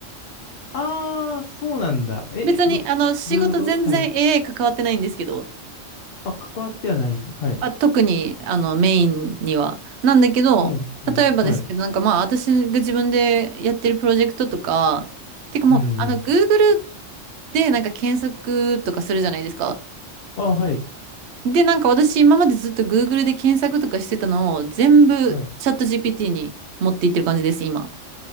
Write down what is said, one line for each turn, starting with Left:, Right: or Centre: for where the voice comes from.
Left: ああ、そうなんだ。え、
Right: 別に、
Left: ど、
Right: あの、仕事全然
Left: どういうことはい。
Right: AI 関わってないんですけど、
Left: あ、関わってはない。はい。
Right: あ、特に、あの、メインには。なんだけど、
Left: うん、うん。
Right: 例えばですけど、
Left: はい。
Right: なんかまあ、私が自分でやってるプロジェクトとか、てかもう、
Left: うん、うん。
Right: あの、Google でなんか検索とかするじゃないですか。
Left: あ、はい。
Right: で、なんか私今までずっと Google で検索とかしてたのを全部チャット
Left: はい。
Right: GPT に持っていってる感じです、今。